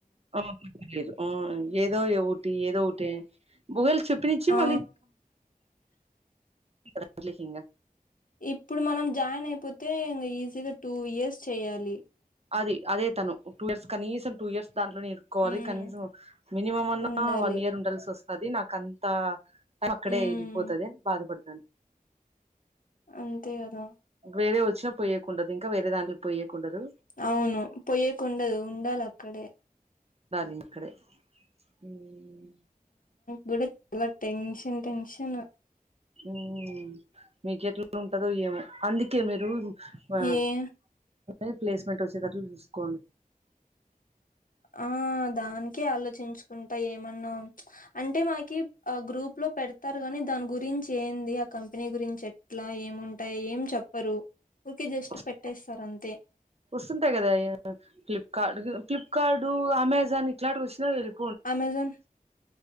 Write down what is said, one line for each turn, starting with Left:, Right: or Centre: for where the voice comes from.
Right: ఆ లేదు ఆ ఏదో ఒకటి ఏదో ఒకటి బుగలు చెప్పినచ్చి
Left: ఆ
Right: మళ్ళీ బొబ్బిలి సింహం
Left: ఇప్పుడు మనం జాయిన్ అయిపోతే ఈజీగా టూ ఇయర్స్ చెయాలి
Right: అది అదే తను టూ ఇయర్స్ కనీసం టూ ఇయర్స్ దాంట్లో ఎరుకోవాలి
Left: మ్మ్
Right: కనీసం మినిమం అన్నా
Left: ఉండాలి
Right: వన్ ఇయర్ ఉండాల్సి వస్తుంది అది నాక అంత అక్కడే
Left: మ్మ్
Right: వెళ్ళిపోతుంది అని బాధపడుతుండి
Left: అంతే కదా
Right: వేరే వచ్చినా పోయేకుండదు ఇంకా వేరే దాంట్లో పోయ్యకుండదు
Left: అవును పొయ్యేకుండదు ఉండాలక్కడే
Right: ఉండాలి అక్కడే మ్మ్
Left: గుడిత్ న టెన్షన్ టెన్షను
Right: మ్మ్ మీకెట్లా ఉంటదో ఏమో అందుకే మీరు ఆ
Left: ఏ
Right: అ ప్లేస్మెంట్ వచ్చేదట్లు చూసుకోండి
Left: ఆ దానికే ఆలోచించుకుంటా ఏమన్నా అంటే మాకి ఆ గ్రూప్ గ్రూప్ లో పెడతారు గాని దాని గురించి ఏంది ఆ కంపెనీ గురించి ఎట్లా ఏముంటాయో ఏం చెప్పరు ఊరికే జస్ట్
Right: వస్తు
Left: పెట్టేస్తారు అంతే
Right: వస్తుంటాయి కదా అ ఫ్లిప్ కార్డ్ ఫ్లిప్కార్డు అమెజాన్ ఇట్లాంటి వచ్చినాయి వెళ్ళిపో
Left: అమెజన్